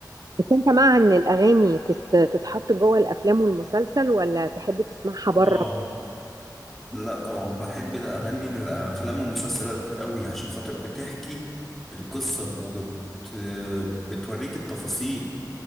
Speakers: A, on the right; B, in the centre.
A: بس انت مع ان الاغاني تت- تتحط جوه الافلام والمسلسل ولا تحب تسمعها
B: <laughs>
A: بره
B: اه لا طبعا بحب الأغاني الأفلام والمسلسلات قوي عشان خاطر بتحكي القصة وبت بتوريك التفاصيل